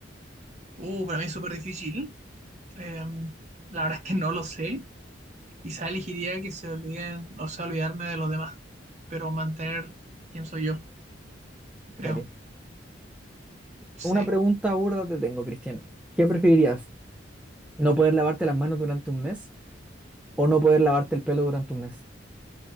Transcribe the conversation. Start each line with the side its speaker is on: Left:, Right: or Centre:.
Right: Uh, para mí es súper difícil. Eh, la verdad es que no lo sé. Quizá elegiría que se olviden, o sea, olvidarme de los demás, pero mantener quién soy yo, creo.
Centre: Serio.
Right: Sí.
Centre: Una pregunta burda te tengo, Cristian. ¿Qué preferirías? ¿No poder lavarte las manos durante un mes o no poder lavarte el pelo durante un mes?